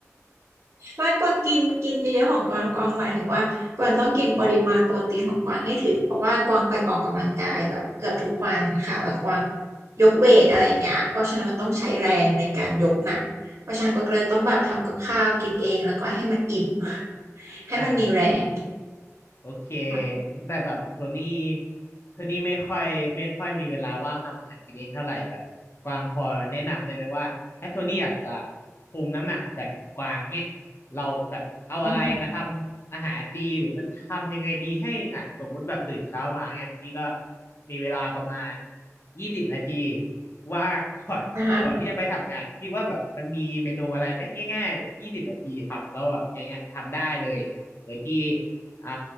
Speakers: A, on the right; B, on the left.
A: ไม่กวางกินกินเยอะๆของกวางกวางหมายถึงว่ากวางต้องกินปริมาณโปรตีนของกวางให้ถึงเพราะว่ากวางไปออกกำลังกายแบบเกือบทุกวันค่ะแล้วกวางยกเวทอะไรอย่างเงี้ยเพราะฉะนั้นมันต้องใช้แรงในการยกหนักเพราะฉะนั้นกวางเลยต้องแบบทำกับข้าวกินเองแล้วก็ให้มันอิ่ม <laughs> ให้มันมีแรง
B: อ่า โอเค
A: ค่ะ
B: แต่แบบโทนี่โทนี่ไม่ค่อยไม่ค่อยมีเวลาว่างทำอาหารกินเองเท่าไหร่แบบกวางพอแนะนำได้ไหมว่าถ้าโทนี่อยากจะคุมน้ำหนักแบบกวางเนี่ยเราแบบเอาอะไรมาทำอาหารดีหรือมันทำยังไงดีให้อ่ะสมมติแบบตื่นเช้ามาเนี่ยโทนี่ก็
A: อืม
B: มีเวลาประมาณยี่สิบนาทีว่าง <laughs> ก่อนก่อนที่จะไปทำงานคิดว่าแบบมันมีเมนูอะไรไหมง่ายๆแบบยี่สิบนาทีทำแล้วแบบง่ายๆทำได้เลยอย่างเงี้ยโดยที่
A: นะคะ
B: อ่า